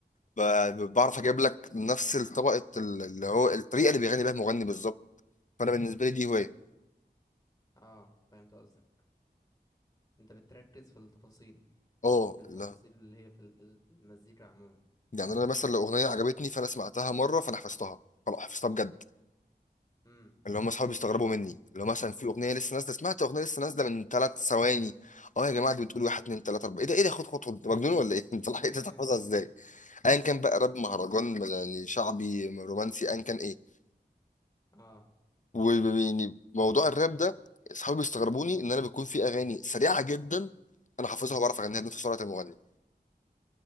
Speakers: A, on the left; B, on the left.
A: ب- بعرف اجيب لك نفس طبقه اللي هو الطريقه اللي بيغني بيها المغني بالظبط فانا بالنسبه لي دي هوايه
B: اه فهمت قصدك انت بتركز في التفاصيل
A: اه
B: في التفاصيل
A: لا
B: اللي هي في ال- في ال- في المزيكا عموما
A: يعني انا مثلا لو اغنيه عجبتني فانا سمعتها مره فانا حفظتها خلاص حفظتها بجد
B: امم
A: اللي هم اصحابي بيستغربوا مني لو مثلا في اغنيه لسه نازله سمعت اغنيه لسه نازله من ثلاث ثواني اه يا جماعه دي بتقول واحد اتنين تلاته اربعه ايه ده ايه ده خد خد خد أنت مجنون ولا ايه <laughs> انت لحقت
B: <laughs>
A: تحفظها ازاي ايا كان بقى راب مهرجان يعني شعبي رومانسي ايا كان ايه
B: اه
A: ويعني موضوع الراب ده اصحابي بيستغربوني ان انا بيكون في اغاني سريعه جدا انا حافظها وبعرف اغنيها بنفس سرعه المغني